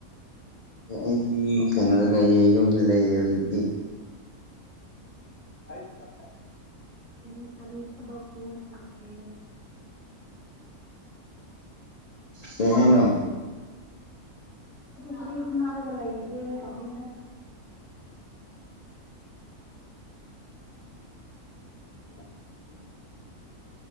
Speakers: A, on the left; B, on the right.
A: ꯑꯦ ꯑꯩꯗꯤ ꯀꯩꯅꯣꯗ ꯂꯩꯌꯦ ꯌꯨꯝꯗ ꯂꯩꯌꯦ ꯍꯧꯖꯤꯛꯄꯨꯗꯤ <unintelligible>
B: ꯀꯔꯤ ꯀꯔꯤ ꯊꯕꯛ ꯍꯣꯠꯅ ꯈꯔꯒꯦ
A: ꯀꯩ ꯍꯥꯏꯅꯣ
B: ꯀꯔꯤ ꯀꯔꯤ ꯍꯅꯔꯒ ꯂꯩꯒꯦ ꯀꯅꯤꯗ
A: <unintelligible>